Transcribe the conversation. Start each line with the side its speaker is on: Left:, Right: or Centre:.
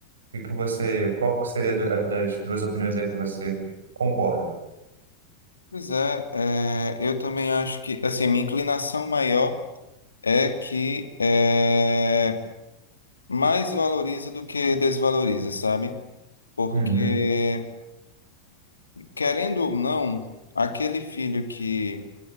Right: que que você, qual que seria do- as- das duas opiniões aí que você concorda?
Left: Pois é, é, eu também acho que, assim, minha inclinação maior é que é, mais valoriza do que desvaloriza, sabe? Porque,
Right: Uhum.
Left: querendo ou não, aquele filho que